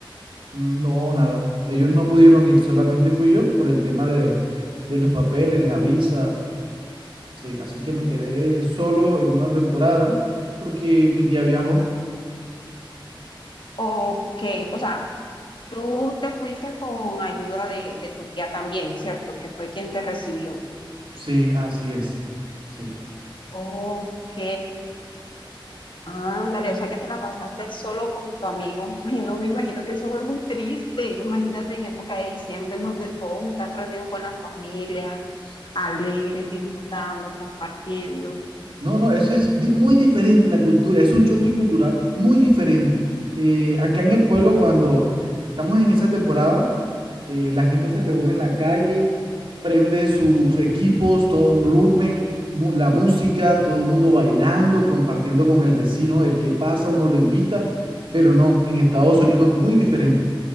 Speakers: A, on the right (about 75°); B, on the left (about 65°).
A: No, nada. Ellos no pudieron ir, solamente fui yo por el tema de, de los papeles, la visa. Sí, así que me quedé solo en una temporada porque mi tía viajó.
B: O que, o sea, tú te fuiste con ayuda de, de tu tía también, ¿cierto? Que fue quien te recibió.
A: Sí, así es. Sí.
B: Ok. Ándale, o sea que te la pasaste solo con tu amigo. <laughs> Ay, no me imagino que eso fue muy triste. Imagínate en época de diciembre en donde todos están reunidos con la familia, alegres, disfrutando, compartiendo.
A: No, no, eso es di- muy diferente la cultura, es un choque cultural muy diferente. Eh, acá en el pueblo, cuando estamos en esa temporada, eh, la gente se reúne en la calle, prende sus equipos, todo volumen, mu- la música, todo el mundo bailando, compartiendo con el vecino, el que pasa, uno lo invita, pero no, en Estados Unidos muy diferente.